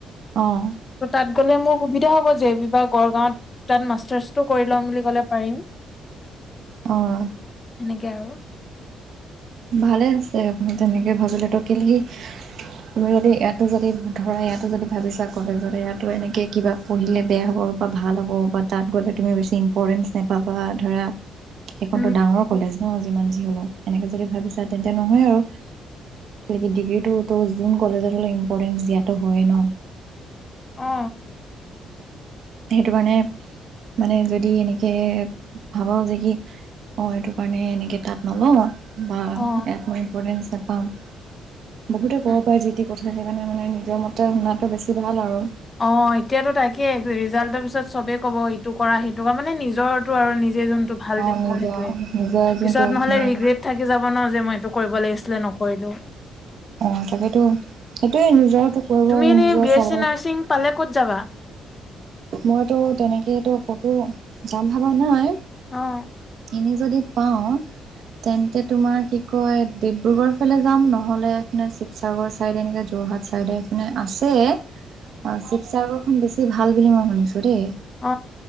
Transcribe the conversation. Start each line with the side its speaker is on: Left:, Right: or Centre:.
Right: অঁ
Left: ত' তাত গ'লে মোৰ সুবিধা হ'ব জে, বি বা গড়গাঁৱত তাত মাষ্টাৰ্চটো কৰি ল'ম বুলি ক'লে পাৰিম।
Right: অঁ
Left: সেনেকে আৰু।
Right: ভালে আছ এ আপুনি তেনেকে ভাবিলেতো কেলে, তুমি যদি ইয়াতো যদি ধৰা ইয়াতো যদি ভাৱিছা কলেজত ইয়াতো এনেকৈ কিবা পঢ়িলে বেয়া হ'ব, বা ভাল হ'ব, বা তাত গ'লে তুমি বেছি ইম্প'ৰ্টেঞ্চ নাপাবা, ধৰা সেখনতো
Left: উম
Right: ডাঙৰ কলেজ! অ, যিমান যি হ'লেও। এনেকে যদি ভাৱিছা, তেন্তে নহয় আৰু। <unintelligible> ডিগ্ৰীটো তো জোন কলেজত হ'লেও ইম্পৰ্টেণ্চ দিয়াটো হয়েই ন?
Left: অ
Right: সেইটো কাৰণে মানে যদি এনেকে ভাবাও যে কি অ এইটো কাৰণে এনেকে তাত নলওঁ বা
Left: অ
Right: একো ইম্পৰ্টেণ্ট নাপাম বহুতে ক'ব
Left: উ
Right: পাৰে যিতি কথা থাকি মানে মানে নিজৰ মতে শুনাটো বেছি ভাল আৰু
Left: অ এতিয়াতো তাকে ৰিজাল্টৰ পিছত ত চবে ক'ব টো কৰা সেইটো কৰা মানে নিজৰটো আৰু নিজে যোনটো ভাল
Right: অ
Left: দেখো
Right: নিজৰ
Left: সেইটোয়ে
Right: নিজৰ যোনটো
Left: পিছত নহ'লে
Right: মানে
Left: ৰিগ্ৰেট থাকি যাব ন যে মই এইটো কৰিব লাগিছিলে নকো কৰিলোঁ
Right: অ', তাকেইতো সেইটোয়ে নিজৰ কৰিব
Left: তুমি এনে
Right: নিজৰ
Left: বি
Right: চাবৰে
Left: এছ চি নাৰ্ছিং পালে ক'ত যাবা।
Right: মইতো তেনেকেই ক'তো যাম ভাবা নাই?
Left: অহ
Right: এনেই যদি পাওঁ তেন্তে তোমাৰ কি কয় ডিব্ৰুগড়ৰ ফালে যাম নহ'লে, এইপিনে শিৱসাগৰ ছাইডে এনেকৈ যোৰহাট ছাইডে এইপিনে আছে অ', শিৱসাগৰ বেছি ভাল। বুলি মই শুনিছো কৰে
Left: অ